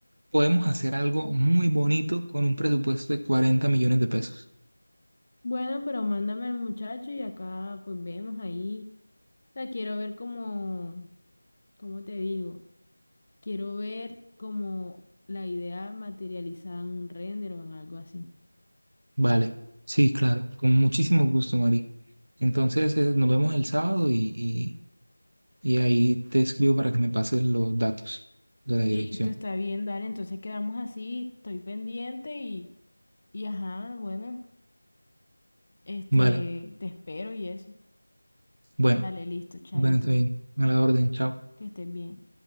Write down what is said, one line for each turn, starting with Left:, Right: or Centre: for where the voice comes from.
Right: podemos hacer algo muy bonito con un presupuesto de 40 millones de pesos.
Left: Bueno, pero mándame al muchacho y acá pues vemos ahí. La quiero ver como, ¿cómo te digo? Quiero ver como la idea materializada en un render o en algo así.
Right: Vale, sí, claro, con muchísimo gusto, Mari. Entonces, eh, nos vemos el sábado y, y- y ahí te escribo para que me pases los datos de la
Left: Listo,
Right: dirección.
Left: está bien, dale, entonces quedamos así, estoy pendiente y, y ajá, bueno, este,
Right: Vale,
Left: te espero y eso.
Right: bueno.
Left: Dale, listo, chaito,
Right: Bueno, está bien. A la orden, chao.
Left: que estés bien.